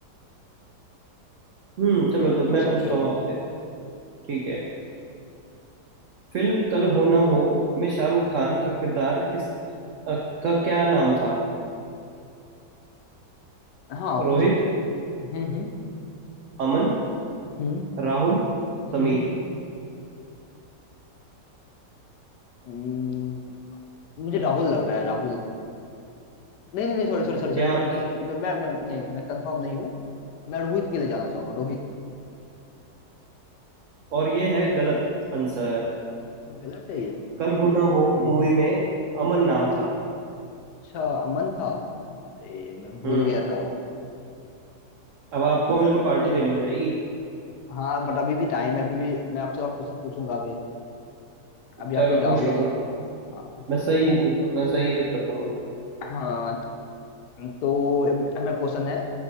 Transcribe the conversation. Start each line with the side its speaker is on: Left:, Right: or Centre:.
Right: हम्म चलो
Left: आप
Right: तो
Left: पूछ
Right: मैं
Left: सकते
Right: पूछता
Left: हो
Right: हूँ आपसे ठीक है फिल्म कल हो ना हो में शाहरुख खान का किरदार किस अ, का क्या नाम था
Left: हाँ
Right: रोहित
Left: पूछ सकते हो हम्म हम्म
Right: अमन
Left: हम्म
Right: राहुल समीर
Left: हम्म हम्म, मुझे राहुल लग रहा है राहुल नहीं नहीं नहीं सॉरी सॉरी सॉरी सॉरी
Right: क्या
Left: मैं
Right: आप
Left: मैं मैं मैं मैं- नहीं मैं कंफर्म नहीं हूँ मैं रोहित के लिए जाना चाहूंगा रोहित
Right: और ये है गलत आंसर
Left: गलत है
Right: कल हो ना हो
Left: ये
Right: मूवी में अमन नाम था
Left: अच्छा अमन था अरे मैं भूल
Right: हम्म
Left: गया था वो
Right: अब आपको मेरे को पार्टी देनी पड़ेगी
Left: हाँ बट अभी भी टाइम है अभी भी मैं आपसे और क्वेश्चन पूछूंगा अभी अभी आप
Right: चलो
Left: कोई जाओगे
Right: पूछ लो
Left: नहीं
Right: पूछ लो
Left: हाँ
Right: मैं सही दूंगा मैं सही उत्तर दूंगा
Left: हाँ तो मेरा क्वेश्चन है